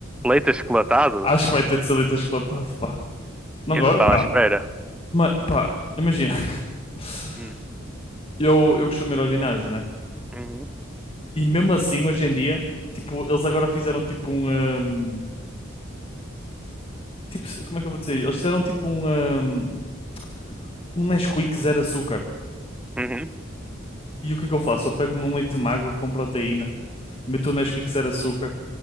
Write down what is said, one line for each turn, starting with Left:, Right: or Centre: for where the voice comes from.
Centre: Leite achocolatado?
Left: Acho que vai ter de ser leite achocolatado, pá. Não
Centre: Eu
Left: agora,
Centre: não estava
Left: pá.
Centre: à espera.
Left: Mas, pá, imagina. <laughs>
Centre: Hum,
Left: Eu, eu costumo ir ao ginásio, né?
Centre: Uhum.
Left: E mesmo assim, hoje em dia, tipo, eles agora fizeram tipo um... hum, tipo, como é que eu vou dizer? Eles fizeram tipo um... hum, Um Nesquik zero açúcar.
Centre: Uhum.
Left: E o que é que eu faço? Eu pego num leite magro com proteína, meto o Nesquik zero açúcar,